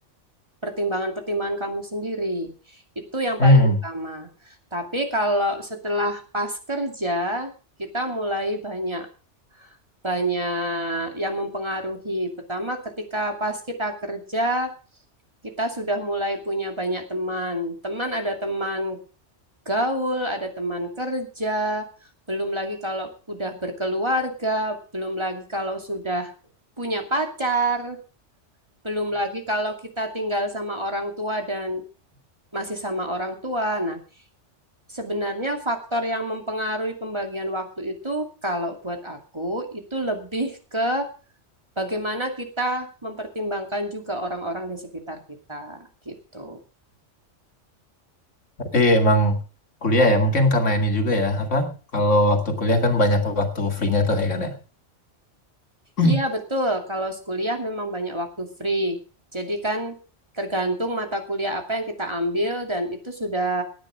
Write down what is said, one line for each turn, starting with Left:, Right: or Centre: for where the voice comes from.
Right: pertimbangan-pertimbangan kamu sendiri. Itu yang
Left: Hmm.
Right: paling utama. Tapi kalau setelah pas kerja, kita mulai banyak banyak yang mempengaruhi. Pertama, ketika pas kita kerja, kita sudah mulai punya banyak teman. Teman ada teman gaul, ada teman kerja, belum lagi kalau udah berkeluarga, belum lagi kalau sudah punya pacar, belum lagi kalau kita tinggal sama orang tua dan masih sama orang tua. Nah, sebenarnya faktor yang mempengaruhi pembagian waktu itu, kalau buat aku, itu lebih ke bagaimana kita mempertimbangkan juga orang-orang di sekitar kita, gitu.
Left: Berarti emang kuliah ya, mungkin karena ini juga ya, apa? Kalau waktu kuliah kan banyak waktu free-nya tuh ya kan ya. <clears throat>
Right: Iya, betul. Kalau kuliah memang banyak waktu free. Jadi kan tergantung mata kuliah apa yang kita ambil dan itu sudah